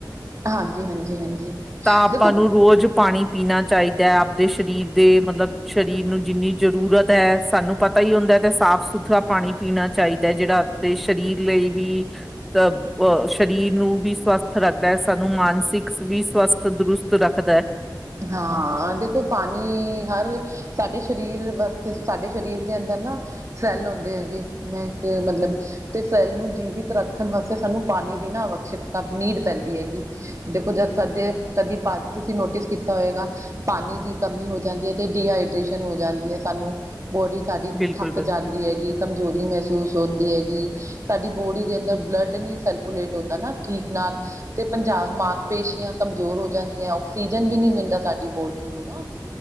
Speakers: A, on the right; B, in the centre.
A: ਹਾਂਜੀ-ਹਾਂਜੀ-ਹਾਂਜੀ
B: ਤਾਂ ਆਪਾਂ
A: ਦੇਖੋ।
B: ਨੂੰ ਰੋਜ਼ ਪਾਣੀ ਪੀਣਾ ਚਾਹੀਦਾ ਐ ਆਪਦੇ ਸਰੀਰ ਦੇ ਮਤਲਬ ਸਰੀਰ ਨੂੰ ਜਿੰਨੀ ਜ਼ਰੂਰਤ ਐ ਸਾਨੂੰ ਪਤਾ ਈ ਹੁੰਦਾ ਤੇ ਸਾਫ਼ ਸੁਥਰਾ ਪਾਣੀ ਪੀਣਾ। ਚਾਹੀਦਾ ਜੇੜਾ ਆਪਦੇ ਸਰੀਰ ਲਈ ਵੀ ਅ ਅ ਸਰੀਰ ਨੂੰ ਵੀ ਸਵਸਥ ਰੱਖਦਾ ਹੈ ਸਾਨੂੰ ਮਾਨਸਿਕ ਵੀ ਸਵਸਥ ਦਰੁਸਤ ਰੱਖਦਾ ਹੈ।
A: ਹਾਂ ਦੇਖੋ ਪਾਣੀ ਹਰ ਸਾਡੇ ਸਰੀਰ ਵਾਸਤੇ ਸਾਡੇ ਸਰੀਰ ਦੇ ਅੰਦਰ ਨਾ ਸੈੱਲ ਹੁੰਦੇ ਐ ਜੀ ਮੈਂ ਕਿਆ ਮਤਲਬ ਤੇ ਸੈੱਲ ਨੂੰ ਜੀਵਿਤ ਰੱਖਣ ਵਾਸਤੇ ਸਾਨੂੰ ਪਾਣੀ ਦੀ ਨਾ ਆਵਸ਼ਕਤਾ ਨੀਡ ਪੈਂਦੀ ਜੀ। ਦੇਖੋ ਜਦ ਸਾਦੇ ਕਦੀ ਪਾ ਤੁਸੀਂ ਨੋਟਿਸ ਕੀ ਤਾ ਹੋਏਗਾ ਪਾਣੀ ਦੀ ਕਮੀ ਹੋ ਜਾਂਦੀ ਐ ਤੇ ਡੀਹਾਈਡ੍ਰੇਸ਼ਨ ਹੋ ਜਾਂਦੀ ਏ ਸਾਨੂੰ ਬੋਡੀ ਸਾਡੀ
B: ਬਿਲਕੁਲ
A: ਥੱਕ
B: ਬਿਲਕੁਲ
A: ਜਾਂਦੀ ਹੈਗੀ ਕਮਜ਼ੋਰੀ ਮਹਿਸੂਸ ਹੁੰਦੀ ਹੈਗੀ। ਸਾਡੀ ਬੋਡੀ ਦੇ ਅੰਦਰ ਬਲੱਡ ਨਈ ਸਰਕੂਲੇਟ ਹੁੰਦਾ ਨਾ ਠੀਕ ਨਾਲ ਤੇ ਪੰਜਾਬ ਮਾਸਪੇਸ਼ੀਆਂ ਕਮਜ਼ੋਰ ਹੋ ਜਾਂਦੀਆਂ ਆਕਸੀਜਨ ਵੀ ਨਈ ਮਿਲਦਾ ਸਾਡੀ ਬੋਡੀ ਨੂੰ ਨਾ।